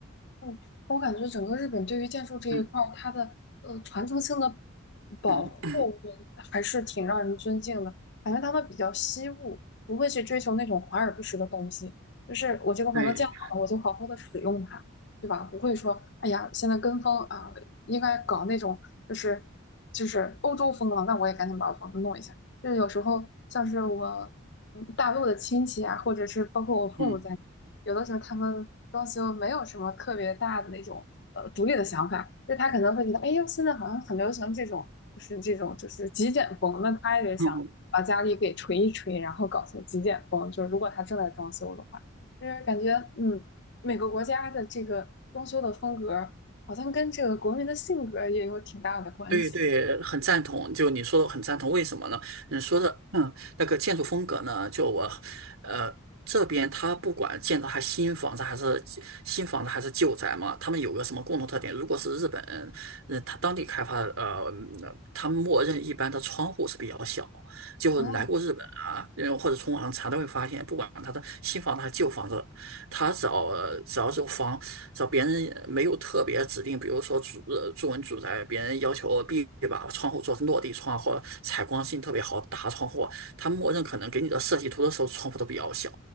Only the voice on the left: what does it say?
嗯我感觉整个日本对于建筑这一块儿，
它的呃传承性的保护嗯还是挺让人尊敬的。
感觉他们比较惜物，不会去追求那种华而不实的东西。就是我这个房子建好了，
我就好好的使用它，对吧？不会说，哎呀，现在跟风啊，应该搞那种就是就是欧洲风了，那我也赶紧把我房子弄一下。就是有时候像是我嗯大陆的亲戚啊，或者是包括我父母在。
有的时候他们装修没有什么特别大的那种呃独立的想法，就他可能会觉得，哎呦，现在好像很流行这种，就是这种就是极简风，那他也得想把家里给锤一锤，
然后搞成极简风。就是如果他正在装修的话，就是感觉嗯，每个国家的这个装修的风格好像跟这个国民的性格也有挺大的关系。
哦